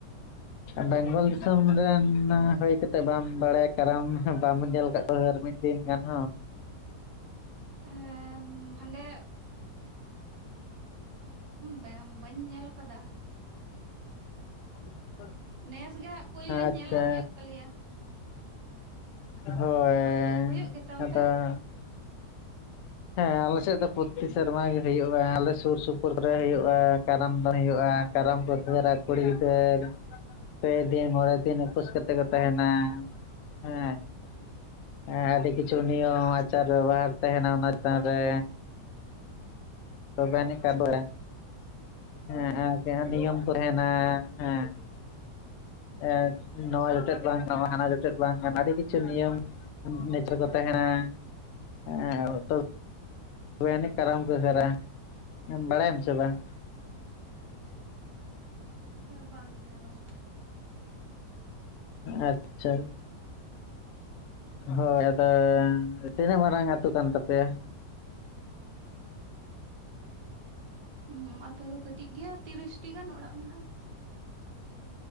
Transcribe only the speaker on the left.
<inaudible> ᱵᱮᱝᱜᱚᱞ ᱫᱤᱥᱚᱢ ᱨᱮᱱ ᱦᱩᱭ ᱠᱟᱛᱮ ᱵᱟᱢ ᱵᱟᱲᱟᱭᱟ ᱠᱟᱨᱟᱢ ᱵᱟᱢ ᱧᱮᱞ ᱠᱟᱫ ᱠᱚᱣᱟ ᱟᱨ ᱠᱟᱨᱢᱤ ᱾ ᱫᱤᱱ ᱜᱟᱱ ᱦᱚ᱾
<inaudible>
ᱟᱪᱪᱷᱟ
ᱦᱳᱭ
ᱟᱫᱚ᱾
ᱦᱮᱸ ᱟᱞᱮᱥᱮᱫ ᱫᱚ ᱯᱨᱚᱛᱤ ᱥᱮᱨᱢᱟ ᱜᱮ ᱦᱳᱭᱳᱜᱼᱟ, ᱟᱞᱮ ᱥᱩᱨ ᱥᱩᱯᱩᱨ ᱨᱮ ᱦᱳᱭᱳᱜᱼᱟ᱾ ᱠᱟᱨᱟᱢ ᱫᱚᱱ ᱦᱳᱭᱳᱜᱼᱟ ᱠᱟᱨᱟᱢ <unintelligible> ᱨᱮ ᱟᱫᱷᱠᱩᱲᱤ ᱜᱤᱫᱟᱹᱨᱼᱼ ᱯᱮ ᱫᱤᱱ ᱢᱚᱬᱮ ᱫᱤᱱ ᱩᱯᱟᱹᱥ ᱠᱟᱛᱮᱜ ᱠᱚ ᱛᱟᱦᱮᱱᱟ᱾ ᱦᱮᱸᱼᱼ ᱦᱮᱸ ᱟᱹᱰᱤ ᱠᱤᱪᱷᱩ ᱱᱤᱭᱚᱢ ᱟᱪᱟᱨ ᱵᱮᱵᱚᱦᱟᱨ ᱛᱟᱦᱮᱱᱟ ᱚᱱᱟ ᱪᱮᱛᱟᱱ ᱨᱮ᱾ ᱛᱚᱵᱮᱱᱤ <unintelligible> ᱦᱮᱸ ᱟᱨ ᱡᱟᱦᱟᱸ ᱱᱤᱭᱚᱢ ᱠᱚ ᱛᱟᱦᱮᱱᱟ ᱦᱮᱸᱼᱼ ᱮᱸᱻ ᱱᱚᱣᱟ ᱡᱚᱴᱮᱫ ᱵᱟᱝ ᱱᱟ ᱦᱟᱱᱟ ᱡᱚᱴᱮᱫ ᱵᱟᱝ ᱜᱟᱱᱟ ᱟᱹᱰᱤ ᱠᱤᱪᱷᱩ ᱱᱤᱭᱚᱢᱼᱼ ᱱᱮᱪᱟᱨ ᱠᱚ ᱛᱟᱦᱮᱱᱟ ᱛᱟᱦᱮᱱᱟ᱾ <unintelligible> ᱛᱚᱵᱮ ᱟᱱᱤᱡ ᱠᱟᱨᱟᱢ ᱠᱚ ᱦᱟᱹᱨᱟ, ᱵᱟᱲᱟᱭᱟᱢ ᱥᱮ ᱵᱟᱝ?
ᱟᱪᱷᱟ᱾ ᱦᱚᱭ ᱟᱫᱚ ᱛᱤᱱᱟᱹᱜ ᱢᱟᱨᱟᱝ ᱟᱛᱩ ᱠᱟᱱ ᱛᱟᱯᱮᱭᱟ?